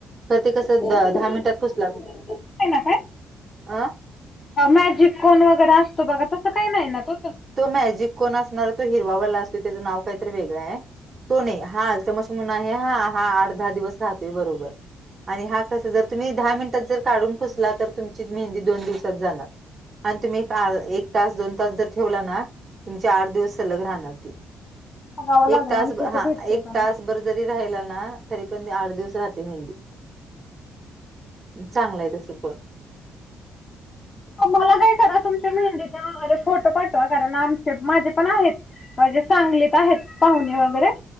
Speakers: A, on the right; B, on the left.
A: कर ते कस
B: नाही
A: दहा मिनिटात पुसला
B: ना काय
A: अ
B: मॅजिक कोन वगैरे असतो बघा तसं काही नाही ना तो तर
A: तो मॅजिक कोण असणार तो हिरवावाला असतो त्याचं नाव काहीतरी वेगळं आहे. तो नाही हा अतमशे म्हून आहे हा हा आठ दहा दिवस राहतोय बरोबर. आणि हा कसा जर तुम्ही दहा मिनिटात जर काढून पुसला तर तुमची मेहंदी दोन दिवसात जाणार. आणि तुम्ही एक. तास दोन तास जर ठेवला ना तुमचे आठ दिवस सलग राहणार त.
B: बघावं लागेल
A: एक तास
B: आमच्या इथं
A: हा
B: भेटतोय
A: एक
B: का नाही
A: तास बर. जरी राहिला ना तरी पण आठ दिवस राहते मेहंदी. चांगलं आहे तसं कोण.
B: मला काय करा तुमच्या मेहंदीच्या नावे फोटो पाठवा कारण आमचे माझे पण आहेत. माझे सांगलीत आहेत पाहुणे वगैरे.